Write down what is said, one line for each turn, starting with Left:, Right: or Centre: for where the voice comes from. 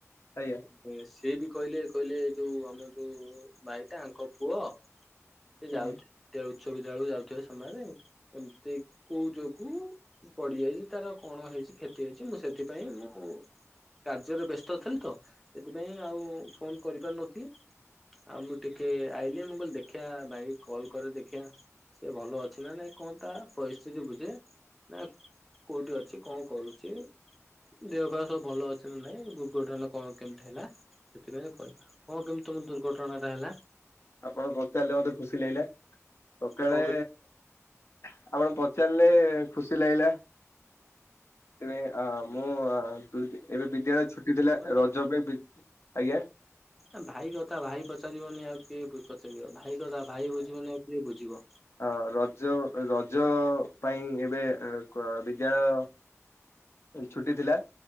Left: ଆଜ୍ଞା
Centre: ହୁଁ ସିଏ ବି କହିଲେ କହିଲେ ଯୋଉ ଆମର ଯୋଉ ବାଇଟା ଆଙ୍କ ପୁଅ ସେ
Left: ହୁଁ।
Centre: ଯାଉଛି <inaudible> ଉଚ୍ଚ ବିଦ୍ୟାଳୟକୁ ଯାଉଥିବା ସମୟରେ ଏମିତି କୋଉ ଯୋଗୁ ପଡିଯାଇଛି ତାର କଣ ହେଇଛି କ୍ଷତି ହେଇଛି ମୁଁ ସେଥିପାଇଁ ମୁଁ କାର୍ଯ୍ୟରେ ବ୍ୟସ୍ତ ଥିଲି ତ ସେଥିପାଇଁ ଆଉ ଫୋନ୍ କରିପାରୁ ନଥିଲି। ଆଉ ମୁଁ ଟିକେ ଆଇଲି ମୁଁ କଲି ଦେଖିଆ ଭାଇକି କଲ୍ କରେ ଦେଖିଆ। ସେ ଭଲ ଅଛି ନା ନାଇଁ କଣ ତା ପରିସ୍ଥିତି ବୁଝେ ନା କୋଉଠି ଅଛି କଣ କରୁଛି ଦେହ ପାହା ସବୁ ଭଲ ଅଛି ନା ନାଇଁ ଦୁର୍ଘଟଣା କଣ କେମିତି ହେଲା ସେଥିପାଇଁ କରି କଣ କେମିତି ତମ ଦୁର୍ଘଟଣା ଟା ହେଲା?
Left: ଆପଣ ପଚାରିଲେ ମତେ ଖୁସି ଲାଗିଲା ସକାଳେ
Centre: କଣ
Left: ଆପଣ ପଚାରଲେ ଖୁସି ଲାଗିଲା। ଏବେ ଆ ମୁଁ ଦୁ ଏବେ ବିଦ୍ୟାଳୟ ଛୁ ଟି ଥିଲା
Centre: ହଁ
Left: ରଜ ପାଇଁ ଆଜ୍ଞା?
Centre: ଏ ଭାଇ କଥା ଭାଇ ପଚାରିବନି ଆଉ କିଏ ପଚାରିବ ଭାଇ କଥା ଭାଇ ବୁଝିବନି ଆଉ କିଏ ବୁଝିବ।
Left: ଅ ରଜ ରଜ ପାଇଁ ଏବେ ଉଁ କ ବିଦ୍ୟାଳୟ ଛୁଟି ଥିଲା